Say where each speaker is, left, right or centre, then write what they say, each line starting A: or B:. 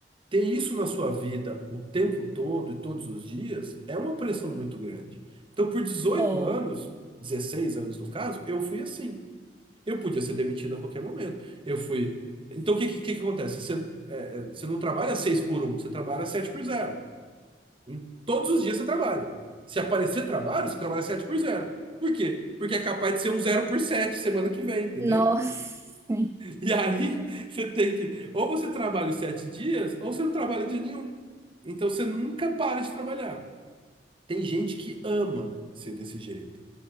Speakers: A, on the right (about 30°); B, on the right (about 15°).
A: ter isso na sua vida o tempo todo e todos os dias é uma pressão muito grande. Então, por dezoito
B: É.
A: anos, 16 anos no caso, eu fui assim. Eu podia ser demitido a qualquer momento. Eu fui. Então, o que, que, que acontece? Você, é, é, você não trabalha 6 por um você trabalha 7 por zero Em, todos os dias você trabalha. Se aparecer trabalho, você trabalha 7 por zero Por quê? Porque é capaz de ser um zero por 7 semana que vem, entendeu?
B: Nossa. sim.
A: E aí, você tem que, ou você trabalha os sete dias, ou você não trabalha dia nenhum. Então, você nunca para de trabalhar. Tem gente que ama ser desse jeito.